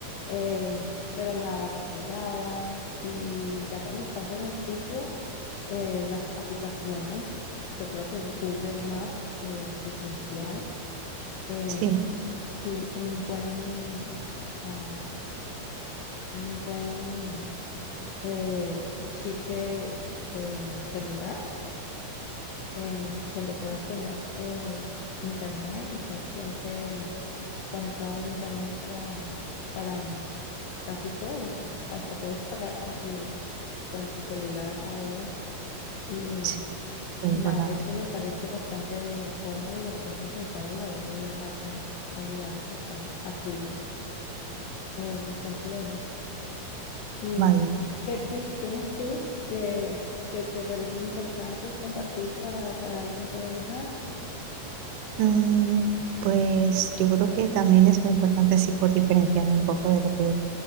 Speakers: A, on the left; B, on the right.
A: eh, pero nada, ropa holgada y ya cuando estás en el sitio, eh, las aplicaciones, yo creo que Google Map es esencial. Eh,
B: sí,
A: sí, un buen, am, un buen eh, chip de, de celular en donde puedas tener eh, internet, estar siempre conectado al internet para, para casi todo. Hasta puedes pagar con tu, con tu celular ahora. Y
B: sí, es muy
A: nada,
B: importante.
A: eso me parece bastante cómodo y bastante esencial a la hora de viajar a, a lugares hasta- así, eh, bastante lejos. ¿Y
B: Vaya,
A: qué tips tienes tú eh, que te parecen importantes compartir para, para alguien que va a viajar?
B: Mm, pues yo creo que también es muy importante, así por diferenciarme un poco de lo que